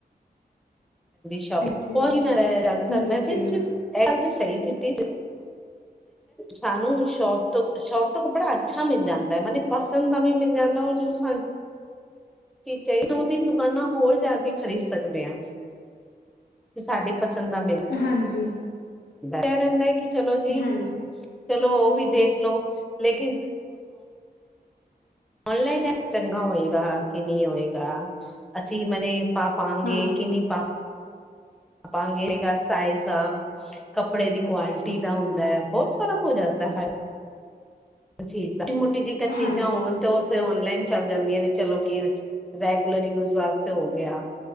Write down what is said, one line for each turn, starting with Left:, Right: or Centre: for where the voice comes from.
Centre: ਸ਼ੋਪਿੰਗ
Left: ਅੱਛਾ ਜੀ,
Centre: ਮੈੇ ਇਹ
Left: ਠੀਕ ਹੈ ਜੀ,
Centre: ਗੱਲ ਤੇ ਸਹੀ ਦਿੱਤੀ ਸੀ। ਸਾਨੂੰ ਸ਼ੋਪ ਤੋਂ ਸ਼ੋਪ ਤੋਂ ਕੱਪੜਾ ਅੱਛਾ ਮਿਲ ਜਾਂਦਾ ਮਨ ਪਸੰਦ ਦਾ ਵੀ ਮਿਲ ਜਾਂਦਾ ਰ ਜ ਸ ਚਾ ਦੋ ਤਿੰਨ ਦੁਕਾਨਾਂ ਹੋਰ ਜਾ ਕੇ ਖ਼ਰੀਦ ਸਕਦੇ ਹ ਸਾਡੇ ਪਸੰਦ ਨਾਲ ਮਿਲ
Left: ਹਾਂਜੀ
Centre: ਆ ਰਹਿੰਦਾ ਹੈ ਕਿ ਚਲੋ ਜੀ।
Left: ਹਾਂਜੀ,
Centre: ਚਲੋ ਉਹ ਵੀ ਦੇਖ ਲਓ ਲੇਕਿਨ ਔਨਲਾਈਨ ਚੰਗਾ ਹੋਏਗਾ ਕਿ ਨਹੀਂ ਹੋਏਗਾ ਅਸੀਂ ਮਨ ਪਾ ਪਾਾਂਗੇ
Left: ਹਾਂਜੀ,
Centre: ਕਿ ਨਹੀਂ ਪਾ ਪਾ ਪਾਾਂਗੇ ਹੈਗਾ ਸਾਈਜ਼ ਦਾ ਕੱਪੜੇ ਦੀ ਕੁਆਲਿਟੀ ਦਾ ਹੁੰਦਾ ਹੈ ਬਹੁਤ ਫ਼ਰਕ ਹੋ ਜਾਂਦਾ ਹੈ। ਅ ਟੀ ਮੋਟੀ ਜਿਕਨ ਚੀਜ਼ਾਂ
Left: ਹਾਂਜੀ,
Centre: ਹੋਣ ਤੇ ਉਹ ਔਨਲਾਈਨ ਚੱਲ ਜਾਂਦੀਆਂ ਨੇ ਚਲੋ ਕਿ ਰੈਗੂਲਰ ਯੂਜ ਵਾਸਤੇ ਹੋ ਗਿਆ।